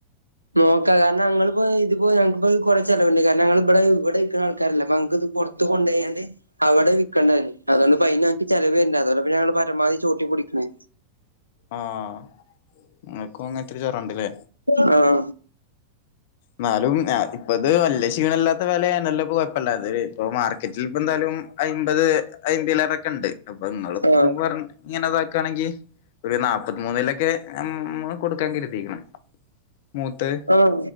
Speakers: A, on the right; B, on the left.
A: നോക്കാ കാരണം ഞങ്ങള് ഇപ്പോ, ഇതിപ്പോ ഞങ്ങക്കിപ്പോത്, കൊറെ ചെലവുണ്ട്, കാരണം, ങ്ങള്, ബടെ ബടെ യിക്കണ ആൾക്കാരല്ല, അപ്പ ങ്ങക്കിത് പുറത്ത റത്ത്, കൊണ്ടോയണ്ട്. അവടെ വിക്കണ്ട വരും, അതോണ്ട് പയിന് ഞങ്ങക്ക്, ചെലവരണ്ട് അതോണ്ട, പ്പഞങ്ങള്, പരമാവധി, ചൂരുട്ടിപ്പിടിക്കണേ.
B: ആഹ്, ഇങ്ങക്കും, അങ്ങനത്തൊരു, ജ്വരണ്ട്ല്ലേ?
A: ആഹ്.
B: ന്നാലും, ന, ഇപ്പൊ ഇത് വല്ല്യ ക്ഷീണല്ലാത്ത, വെലയാണല്ലോ, കൊഴപ്പല്ല, അത് ഇപ്പ മാറ് ക്കറ്റിൽ ഇപ്പ എന്തായാലും, അയ്മ്പത് അയ്മ്പിലേറൊക്കെ, ഇണ്ട് അപ്പൊ ഇങ്ങള്, ഇപ്പോ
A: ആഹ്
B: ന്ന് പറ ഇങ്ങനെ ഇതാക്കാണെങ്കി, ഒരു നാപ്പത്ത്മൂന്നിലൊക്കെ, ഉം, കൊടുക്കാൻ, കരുതിക്കണ്. മൂത്തത്.
A: ആഹ്,